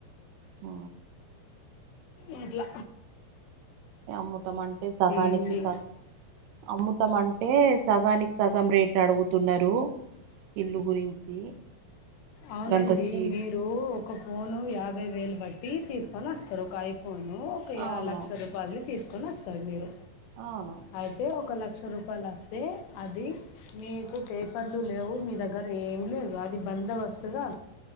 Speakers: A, on the right (about 75°); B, on the left (about 80°).
A: ఆ
B: ఇంట్ల
A: అమ్ముతం అంటే సగానికి
B: ఏంది
A: సగ అమ్ముతం అంటే అంటే సగానికి సగం రేట్ అడుగుతున్నారు ఇల్లు గురించి
B: అవునండి
A: గంతొచ్చి
B: మీరు ఒక ఫోను యాభై వేలు బట్టి తీసుకొని వస్తారు ఒక ఐఫ ఫోను ఒక
A: అవును
B: లక్ష రూపాయలవి తీసుకొని వస్తారు మీరు
A: అవును
B: అయితే ఒక లక్ష రూపాయలు వస్తే అది మీకు పేపర్లు లేవు మీ దగ్గర ఏం లేదు అది బందోబస్తు స్తుగా